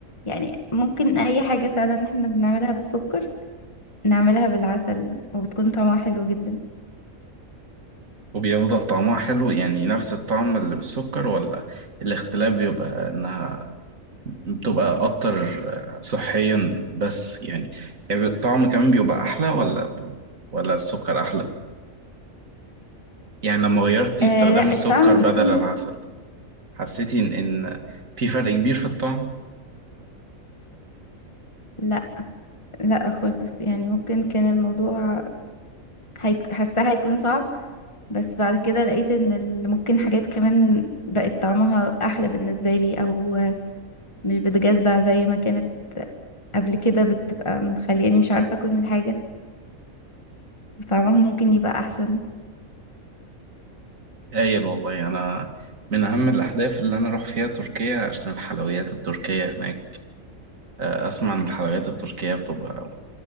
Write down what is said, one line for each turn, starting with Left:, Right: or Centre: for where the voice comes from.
Left: يعني ممكن اي حاجة فعلا احنا بنعملها بالسكر نعملها بالعسل وبتكون طعمها حلو جدا
Right: وبيفضل طعمها حلو يعني نفس الطعم اللي بالسكر ولا الاختلاف بيبقى إنها بتبقى أكتر آه، صحيا بس يعني يعني الطعم كمان بيبقى أحلى ولا ولا السكر أحلى يعني لما غيرتي
Left: آه
Right: استخدام
Left: لا
Right: السكر
Left: الطعم بيكون
Right: بدل العسل حسيتي إن إن في فرق كبير في الطعم
Left: لا لا خالص يعني ممكن كان الموضوع هيك... حاساه هيكون صعب بس بعد كده لقيت ان ال- ممكن حاجات كمان بقت طعمها احلى بالنسبه لي او مش بتجزع زي ما كانت قبل كده بتبقى مخلياني مش عارفه اكل من حاجه طعمها ممكن يبقى احسن
Right: هايل والله أنا من أهم الأحداث اللي أنا أروح فيها تركيا عشان الحلويات التركية هناك آه، أسمع إن الحلويات التركية بتبقى